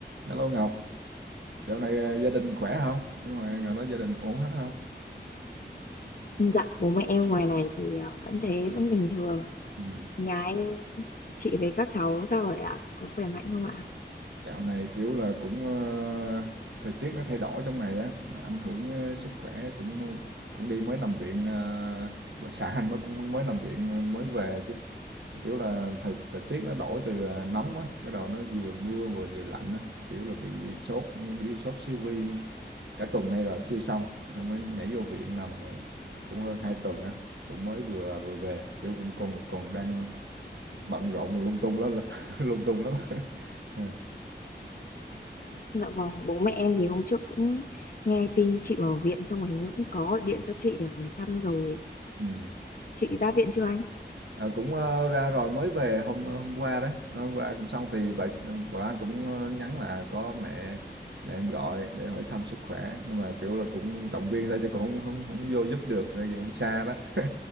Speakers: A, on the right (about 80°); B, on the left (about 50°).
A: Hello Ngọc, dạo này à, gia đình khỏe không? Ở ngoài ngoài đó gia đình ổn hết không?
B: Dạ, bố mẹ em ngoài này thì ờ, vẫn thế, vẫn bình thường.
A: Ừ.
B: Nhà anh, chị với các cháu sao rồi ạ? Có khỏe mạnh không ạ?
A: Dạo này kiểu là cũng ờ, thời tiết nó thay đổi trong này á, nó ảnh hưởng ờ, sức khỏe cũng ờ, cũng đi mới nằm viện ờ, bà xã anh mới cũng mới nằm viện ờ, mới về chứ kiểu là thời thời tiết nó đổi từ ờ, nóng á, bắt đầu nó vừa mưa vừa vừa lạnh á, kiểu là bị sốt bị sốt siêu vi cả tuần nay rồi chưa xong, xong mới nhảy vô viện nằm ờ, cũng hơn 2 tuần á cũng mới vừa vừa về kiểu cũng còn còn đang bận rộn lung tung lắm <laughs> lung tung lắm <laughs>
B: Dạ vâng, bố mẹ em thì hôm trước cũng nghe tin chị vào viện xong rồi hình như cũng có gọi điện cho chị để hỏi thăm rồi.
A: ừ.
B: Chị ra viện chưa anh?
A: à, cũng ờ, ra rồi mới về hôm ờ, hôm qua đó Ờ, hôm qua cũng xong thì vợ vợ anh cũng ờ, nhắn là có mẹ mẹ em gọi để hỏi thăm sức khỏe nhưng mà kiểu là cũng động viên thôi chứ cũng không không không vô giúp được tại vì cũng xa đó <laughs>